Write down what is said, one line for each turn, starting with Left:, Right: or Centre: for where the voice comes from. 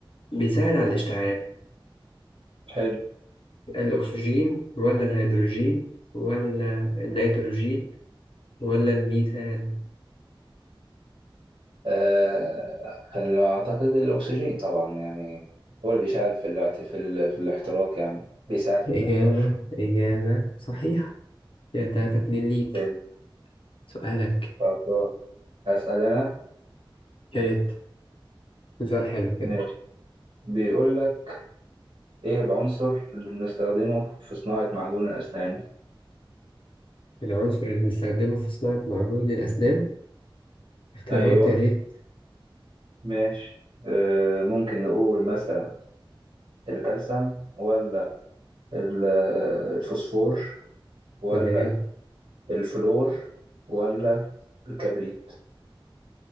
Left: بيساعد على الاشتعال
Right: حلو
Left: الأكسجين ولا الهيدروجين ولا النيتروجين ولا الميثان
Right: آه خل- اعتقد الاكسجين طبعا يعني هو اللي بيساعد في الات- في ال- في الاحتراق يعني بيساعد في
Left: إجابة
Right: الاحتراق
Left: إجابة صحيحة كده تلاتة اتنين ليك
Right: حلو
Left: سؤالك
Right: خلاص هسأل أنا
Left: يا ريت سؤال حلو كده
Right: ماشي بيقول لك إيه العنصر اللي بنستخدمه في صناعة معجون الأسنان؟
Left: العنصر اللي بنستخدمه في صناعة معجون الأسنان اختيارات
Right: أيوه
Left: يا ريت
Right: ماشي آه ممكن نقول مثلا الكالسيوم ولا ال- آه، الفوسفور ولا
Left: تمام
Right: الفلور ولا الكبريت